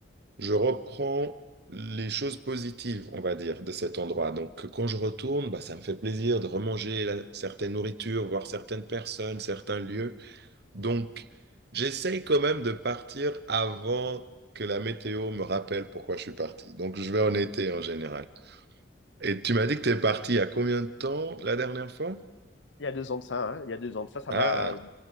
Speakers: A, on the right; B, on the left.
A: je reprends les choses positives, on va dire, de cet endroit. Donc, quand je retourne, bah, ça me fait plaisir de remanger la- certaines nourritures, voir certaines personnes, certains lieux. Donc, j'essaye quand même de partir avant que la météo me rappelle pourquoi je suis parti. Donc, je vais en été en général. Et tu m'as dit que tu es parti il y a combien de temps la dernière fois?
B: Il y a deux ans de ça, hein. Il y a deux ans de ça, ça
A: Ah,
B: va.